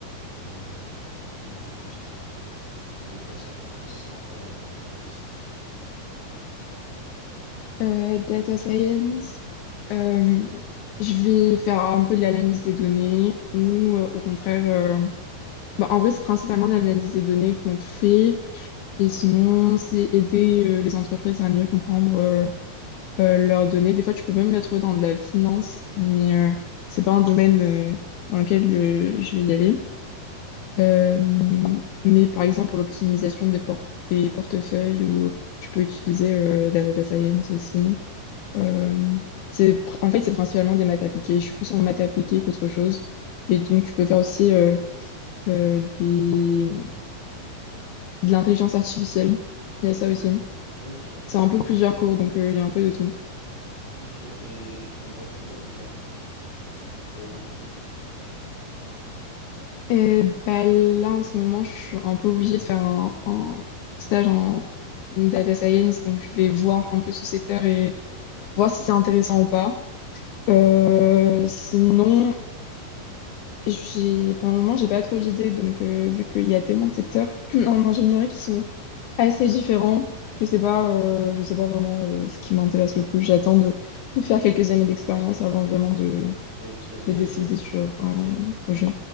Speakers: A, on the left; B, on the left.
A: et euh, depuis, je travaille quoi. Et toi, ça, ça consiste en quoi, euh, data science?
B: Euh, data science, euh, je vais faire un peu de l'analyse des données ou euh, au contraire, euh, bah, en vrai, c'est principalement de l'analyse des données qu'on fait et sinon, c'est aider euh, les entreprises à mieux comprendre euh, euh, leur donner. Des fois, tu peux même la trouver dans de la finance, mais euh, c'est pas un domaine euh, dans lequel euh, je vais y aller. Euh, mais par exemple, pour l'optimisation des, por- des portefeuilles, ou tu peux utiliser euh, la data science aussi. Euh, c'est, pr- en fait, c'est principalement des maths appliquées. Je suis plus en maths appliquées qu'autre chose. Et donc, tu peux faire aussi euh, euh, des... de l'intelligence artificielle. Il y a ça
A: Ok,
B: aussi.
A: ok,
B: C'est un peu plusieurs cours, donc euh, il y a un peu de tout.
A: ok. Et t'aimerais faire quoi plus tard? T'aimerais travailler dans quel secteur?
B: Euh, bah là, en ce moment, je suis un peu obligée de faire un, un stage en data science, donc je vais voir un peu ce secteur et voir si c'est intéressant ou pas. Euh, sinon, j'ai, pendant le moment, j'ai pas trop d'idées, donc euh, vu qu'il y a tellement de secteurs <clears throat> en ingénierie qui sont assez différents, je sais pas, euh, je sais pas vraiment euh, ce qui m'intéresse le plus. J'attends de, de faire quelques années d'expérience avant vraiment de,
A: Ok, et,
B: de décider
A: et,
B: sur un
A: et,
B: projet.